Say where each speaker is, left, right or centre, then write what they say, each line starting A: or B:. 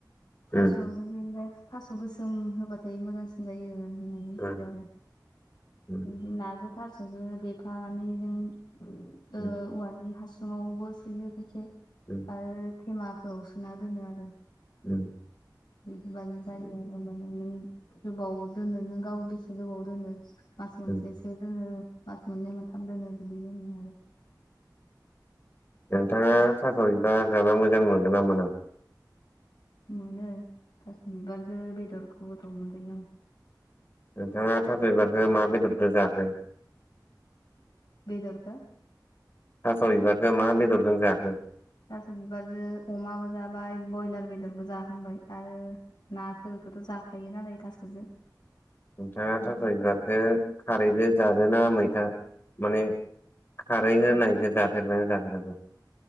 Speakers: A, on the left; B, on the left.
A: थास'
B: उम
A: जों ओमफ्राय थास' गोसोम होबाथाय मोजांसिन जायो होननानै मिथिदों
B: उम
A: आरो।
B: उम उम
A: बिदि नाजो थास'जो देफानानै जों ओ औवानि
B: उम
A: हासुङावबो सोयो खायसे
B: उम
A: आरो थेमाफोराव सोना दोनो आरो।
B: उम।
A: बिदिबानो जायो आरो माने नों गोबाव दोनो नों गाव बेसे गोबाव दोनो मास मोनसेसो
B: उम
A: दोनो मास मोननै मोनथाम दोनो बिदि दोनो आरो।
B: नोंथाङा थास' बिबार जाना मोजां मोनो ना मोना?
A: मोनो थास' बिबारजो बेदरखौ गोथाव मोनजायो आं।
B: नोंथाङा थास'बिबारखो मा बेदरदो जाखो?
A: बेदरखो?
B: थास' बिबारदो मा बेदरजों जाखो?
A: थास' बिबारजो अमाबो जाबाय बयलार बेदरबो जाखांबाय आरो नाफोर खौथ' जाखायो नालाय थास'जो।
B: नोंथाङा
A: जों
B: थास' बिबारदो खारैजो जादोना मैथा माने खारै होनायखौ जाफेरबायना जाफेराखै?